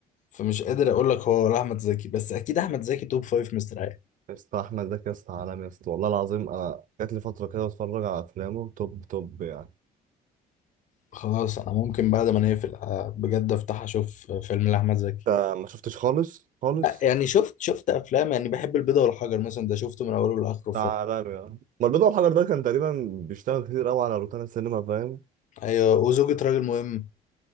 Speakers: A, on the left; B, on the right.
A: فمش قادر أقول لك هو ولا أحمد زكي بس أكيد أحمد زكي توب فايف مستريح
B: يا اسطى احمد زكي يا اسطى عالمي يا اسطى والله العظيم انا جات لي فتره كده اتفرج على افلامه توب توب يعني
A: خلاص أنا ممكن بعد ما نقفل آه، بجد أفتح أشوف فيلم لأحمد زكي
B: انت ما شفتش خالص خالص
A: يعني شفت شفت افلام يعني بحب البيضة والحجر مثلا ده شفته من اوله لاخره فيلم
B: ده عالمي يعني ما البيضه والحجر ده كان تقريبا بيشتغل كتير قوي على روتانا السينما فاهم
A: ايوه وزوجة راجل مهم